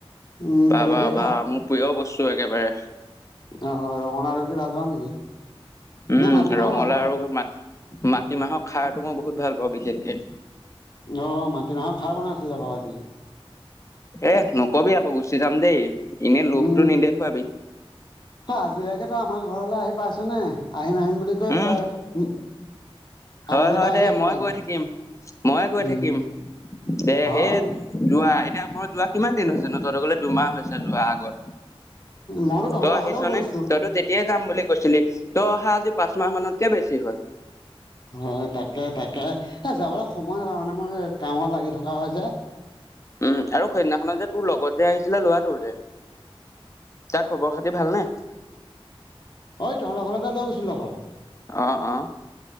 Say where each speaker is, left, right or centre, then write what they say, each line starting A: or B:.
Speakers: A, on the left; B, on the left.
A: উম
B: বা
A: তেনেকেই
B: বা বা মোৰ প্ৰিয় বস্তু একেবাৰে
A: আহ ৰঙালাও ৰুতি ভাল পাওঁ নেকি
B: উ
A: নে মাটিমাহো
B: ৰঙালাও
A: ভাল পাওঁ
B: আৰু মা মাটিমাহৰ খাৰটো মই বহুত ভাল পাওঁ বিশেষকে
A: অ মাটিমাহৰ খাৰ বনাইছিলে বাৰু আজি
B: এ নকবি আকৌ গুচি যাম দেই এনেই লোভটো
A: উ
B: নেদেখুৱাবি
A: আ ৰাতিকে আমাৰ ঘৰলৈ আহি পাইছ নে আহিম আহিম বুলি কৈ
B: উম
A: তই
B: হয়
A: আজিলৈকে
B: হয়
A: আহিয়ে
B: দে
A: পোৱাহি
B: মই গৈ
A: নাই
B: থাকিম ময়ে গৈ
A: উম
B: থাকিম দে
A: হয়
B: সেই
A: উম
B: যোৱা এতিয়া মই যোৱা কিমান দিন হৈছেনো তহতৰ গলে দুমাহ হৈছে যোৱা আগত
A: মইতো তহঁতৰ
B: তই আহিছ
A: ঘৰলৈও গৈছো
B: নে তইতো তেতিয়াই যাম বুলি কৈছিলি তই অহা পা চ মাহ মানতকেও বেছি হ'ল
A: হয় তাকে তাকে এ যাবলৈ সময় নাপাও মানে মই কামত লাগি থকা হয় আজা
B: উ আৰু সেইদিনাখনত যে তোৰ লগত যে আহিছিলে লৰাটো যে তাৰ খবৰ খাতি ভালনেে
A: ঐ তহঁতৰ ঘৰলৈ যে লৈ গৈছিলো লগত
B: অ অ